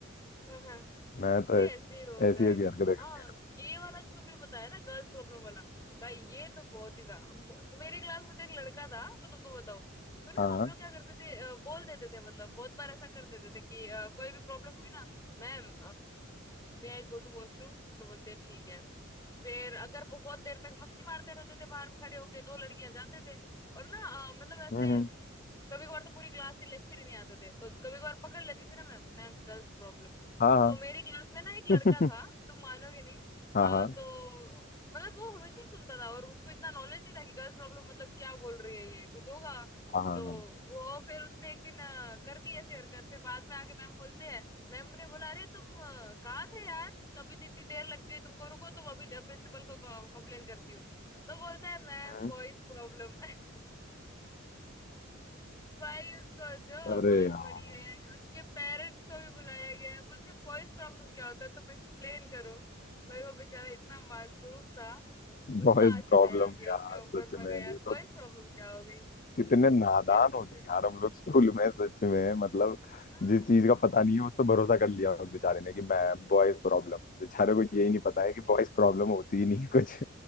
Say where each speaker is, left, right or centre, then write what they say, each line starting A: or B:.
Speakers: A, on the left; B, on the left.
A: हाँ
B: मैं
A: अरे
B: तो
A: ऐसे ही होता
B: ऐसी ऐसी हरकतें कर
A: हाँ
B: लिया
A: ये वाला जो तुमने बताया ना गर्ल्स प्रॉब्लम वाला भाई ये तो बहुत ही था म- मेरी क्लास में तो एक लड़का था मैं तुमको बताऊं तो ना
B: करता। हाँ
A: हम लोग क्या करते थे अ, बोल देते थे मतलब बहुत बार ऐसा कर देते थे कि अ, कोई भी प्रॉब्लम हुई ना ma'am may I go to washroom तो बोलते हैं, ठीक है फिर अगर बहुत देर तक मस्ती मारते रहते थे बाहर पे खड़े होके दो लड़कियां जाते थे और ना अ, मतलब ऐसे
B: हम्म हम्म,
A: कभी कभार तो पूरी क्लास ही लेक्चर ही नहीं आते थे तो कभी कभार पकड़ लेती थी ना मैम मैम गर्ल्स प्रॉब्लम
B: हाँ हाँ
A: तो मेरी क्लास में ना एक लड़का
B: <laughs>
A: था तुम मानोगे नहीं
B: हाँ
A: अ,
B: हाँ
A: तो मतलब वो हमेशा ही सुनता था और उसको इतना नॉलेज नहीं था कि गर्ल्स प्रॉब्लम मतलब क्या बोल रही है ये कुछ होगा
B: हाँ हाँ
A: तो
B: हाँ
A: वो फिर उसने एक दिन अ, कर दी ऐसी हरकत फिर बाद में आके मैम बोलते हैं मैम ने बोला अरे तुम अ, कहाँ थे यार कभी तो इतनी देर लग गई तुमको रुको तुम अभी प्रिंसिपल को कंप्लेन करती हो तो बोलता है मैम
B: हम्म।
A: बॉयज प्रॉब्लम भाई उसको जो
B: अरे
A: मार
B: यार
A: पड़ी है उसके पेरेंट्स को भी बुलाया गया है बोलते वॉइस प्रॉब्लम क्या होता है तुम एक्सप्लेन करो भाई वो बेचारा इतना मासूम था मुझे
B: बॉयज
A: तो आज
B: प्रॉब्लम
A: भी दया आती है
B: यार
A: उसके ऊपर
B: सच
A: मैं
B: में
A: कहा
B: ये
A: यार
B: तो
A: वॉइस प्रॉब्लम क्या हो गई
B: कितने नादान
A: ऐसे
B: होते
A: ऐसे
B: हैं यार हम लोग स्कूल में सच में मतलब
A: हम्म
B: जिस चीज का पता नहीं है उस पर भरोसा कर लिया उस बेचारे ने कि मैम बॉयज प्रॉब्लम बेचारे को यही नहीं पता है कि बॉयज प्रॉब्लम होती ही नहीं है कुछ